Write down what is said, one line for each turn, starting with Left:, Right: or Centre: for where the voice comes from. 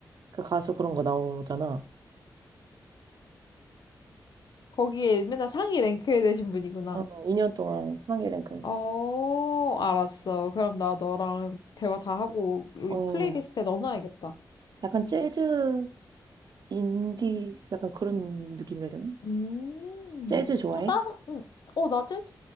Right: 그 가수 그런 거 나오잖아.
Left: 거기에 맨날 상위 랭크에 되신 분이구나.
Right: 어, 2년 동안 상위 랭크.
Left: 어, 알았어. 그럼 나 너랑 대화 다 하고 여기
Right: 어,
Left: 플레이리스트에 넣어놔야겠다.
Right: 약간 재즈 인디 약간 그런 느낌이라 해야 되나?
Left: 음,
Right: 재즈 좋아해?
Left: 또 다른, 음, 어, 나 제주